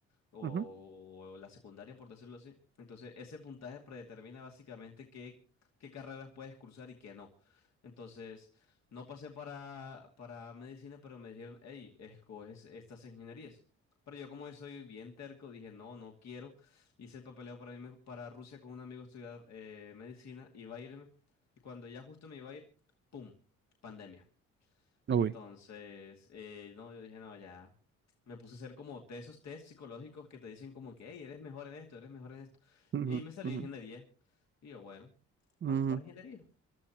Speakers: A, on the left; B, on the right.
A: o,
B: Ujú.
A: o la secundaria, por decirlo así. Entonces, ese puntaje predetermina básicamente qué, qué carreras puedes cursar y qué no. Entonces, no pasé para, para medicina, pero me dijeron, hey, escoges estas ingenierías. Pero yo como soy bien terco, dije, no, no quiero. Hice el papeleo para irme para Rusia con un amigo a estudiar eh, medicina, iba a irme. Y cuando ya justo me iba a ir, ¡pum! Pandemia.
B: Uy.
A: Entonces, eh, no, yo dije, no, ya. Me puse a hacer como te- esos test psicológicos que te dicen como que, hey, eres mejor en esto, eres mejor en esto.
B: Ujú,
A: Y me salió
B: ujú,
A: ingeniería. Y yo, bueno, vamos
B: ujú.
A: para ingeniería.